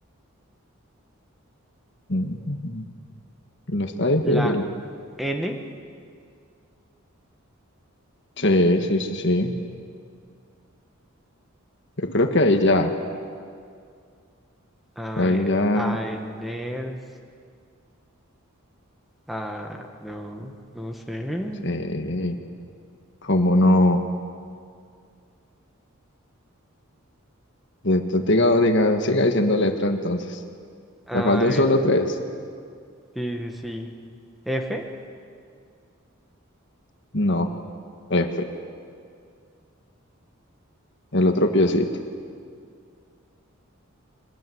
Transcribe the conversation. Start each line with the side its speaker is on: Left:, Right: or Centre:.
Left: Ujú. No está difícil.
Centre: la N.
Left: Sí, sí, sí, sí. Yo creo que ahí ya.
Centre: A,
Left: Ahí
Centre: E,
Left: ya.
Centre: a N. Ah, no, no sé.
Left: Sí, cómo no. Eh, te- Diga, diga, siga diciendo letra entonces.
Centre: A
Left: ¿Me faltan
Centre: ver,
Left: solo tres?
Centre: sí, sí, sí. F,
Left: No. F. El otro piecito.